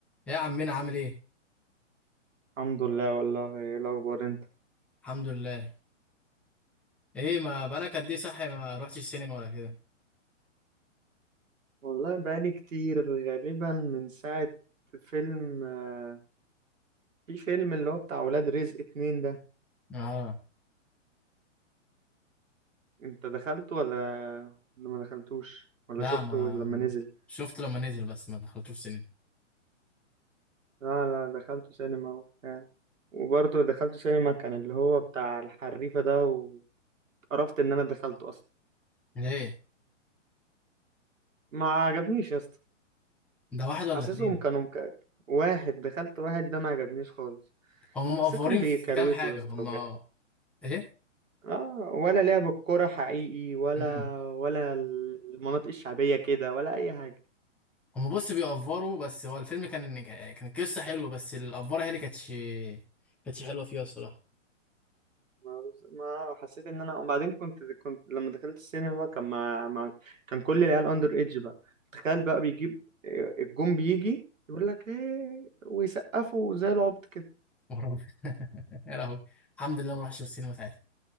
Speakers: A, in the centre; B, on the right (about 85°).
A: يا عمنا عامل ايه
B: الحمد لله والله ايه الاخبار انت
A: الحمد لله ايه ما بقالك قد ايه صحي ما رحتش السينما ولا كده
B: والله بقالي كتير غالبا من ساعة فيلم آه، في فيلم اللي هو بتاع ولاد رزق اتنين ده
A: اه
B: انت دخلته ولا ولا ما دخلتوش ولا
A: لا
B: شفته
A: ما
B: لما نزل
A: شفت لما نزل بس ما دخلتوش السينما
B: لا لا دخلته سينما وبتاع وبرضه دخلته سينما كان اللي هو بتاع الحريفة ده وقرفت ان انا دخلته اصلا
A: ليه
B: ما عجبنيش يا اسطى
A: ده واحد
B: حاسسهم
A: ولا اتنين
B: كانوا مك... واحد دخلت واحد ده ما عجبنيش خالص
A: هم
B: حسيتهم
A: مقفرين
B: بيكروتوا
A: في كام حاجه
B: يا اسطى
A: هم ايه
B: اه ولا لعب الكرة حقيقي ولا
A: امم
B: ولا المناطق الشعبية كده ولا أي حاجة
A: هم بص بيقفروا بس هو الفيلم كان كان قصه حلوه بس الافوره هي اللي كانتش كانتش حلوه فيها الصراحه
B: ما, بز- ما حسيت إن أنا وبعدين كنت كنت لما دخلت السينما بقى، كان مع... مع... كان كل العيال أندر إيدج بقى تخيل بقى بيجيب آه، الجون بيجي يقول لك إيه ويسقفوا زي العبط كده
A: <laughs> يا لهوي الحمد لله ما رحتش السينما ساعتها